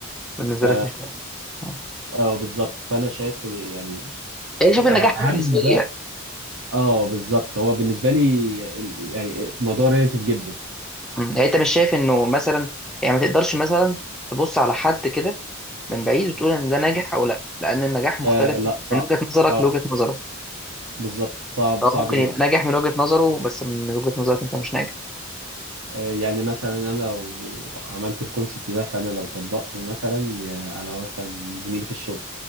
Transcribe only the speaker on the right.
ف
اه بالظبط فانا شايف يعني
اهم
بقى اه بالظبط هو بالنسبه لي ال- يعني الموضوع ريليتيف جدا
آه لا صعب
اه
بالظبط صعب
صعب
جدا
آه، يعني مثلا انا لو عملت الكونسبت ده فانا لو طبقته مثلا آه، على مثلا زميلي في الشغل